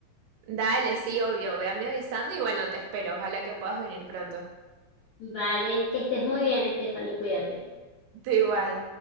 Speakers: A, on the right (about 80°); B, on the left (about 80°).
A: Dale, sí, obvio, véanme avisando y bueno, te espero, ojalá que puedas venir pronto.
B: Vale, que estés muy bien, Stephanie, cuídate.
A: Te igual.